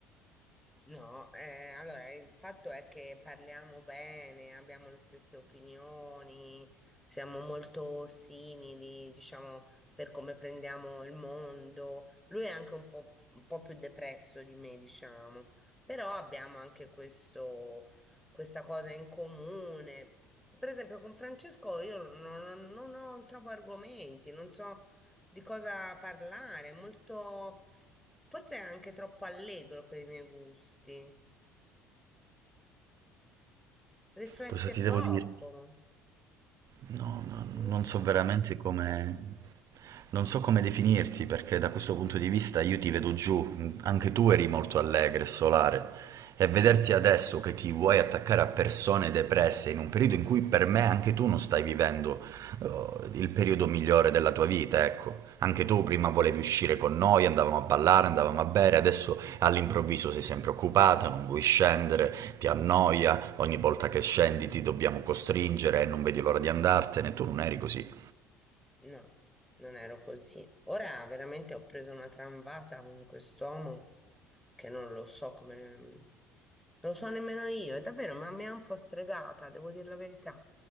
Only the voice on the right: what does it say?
Cosa ti
devo dire? No, no,
non
so veramente come... Non so come definirti perché da questo punto di vista io ti vedo giù, anche tu eri molto allegra e solare e vederti adesso che ti vuoi attaccare a persone depresse in un periodo in cui per me anche tu non stai vivendo eh, il periodo migliore della tua vita, ecco. Anche tu prima volevi uscire con noi, andavamo a ballare, andavamo a bere, adesso all'improvviso sei sempre occupata, non vuoi scendere, ti annoia, ogni volta che scendi ti dobbiamo costringere e non vedi l'ora di andartene, tu non eri così.